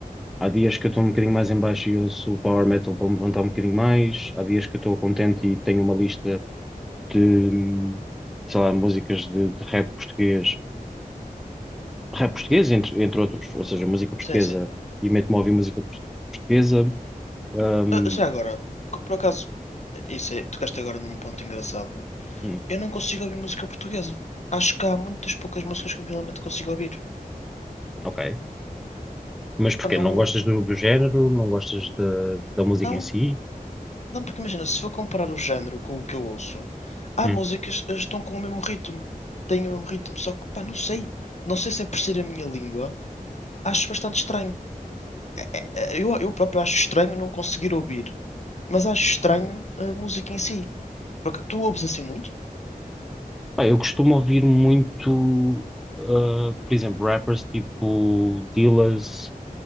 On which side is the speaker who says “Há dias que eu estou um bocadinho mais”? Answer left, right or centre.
Centre